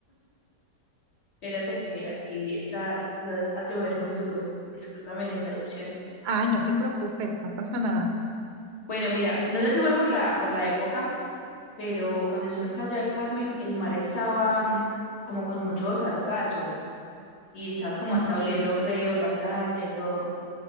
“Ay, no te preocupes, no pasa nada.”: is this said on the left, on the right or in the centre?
Right